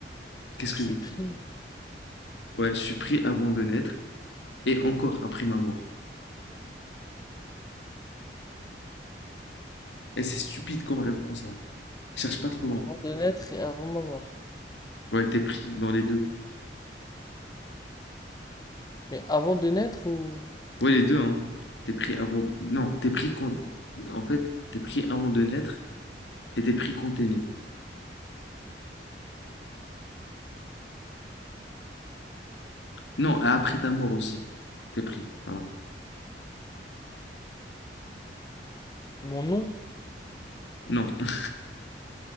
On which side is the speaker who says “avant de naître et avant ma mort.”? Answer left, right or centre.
Left